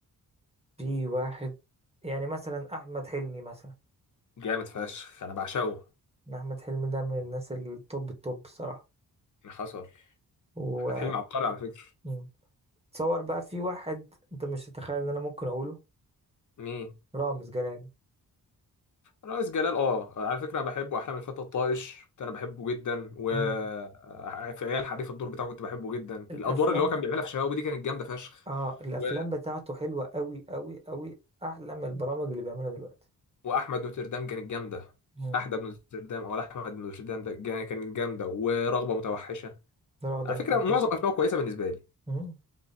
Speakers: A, on the right (about 15°); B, on the left (about 55°).
A: في واحد يعني مثلا احمد حلمي مثلا
B: جامد فشخ انا بعشقه إيه
A: احمد حلمي ده من الناس التوب التوب الصراحه
B: اللي حصل
A: و
B: احمد حلمي عبقري على فكره
A: مم. تصور بقى في واحد انت مش تتخيل ان انا ممكن اقوله
B: مين
A: رامز جلال
B: رئيس جلال اه على فكره انا بحبه احلام الفتى الطائش كنت انا بحبه جدا و
A: مم.
B: آه، في عيال حريف الدور بتاعه كنت بحبه جدا
A: الافلام
B: الادوار اللي هو كان
A: ب...
B: بيعملها في شباب دي كانت جامده فشخ
A: اه الافلام
B: و...
A: بتاعته حلوه قوي قوي قوي احلى من البرامج اللي بيعملها دلوقتي
B: واحمد نوتردام كانت جامده
A: مم.
B: احدى ابن نوتردام او احمد بن نوتردام ده جا- كانت جامده ورغبه متوحشه
A: واخده
B: على
A: متوحشه
B: فكره معظم افلامه كويسه بالنسبه لي
A: مم.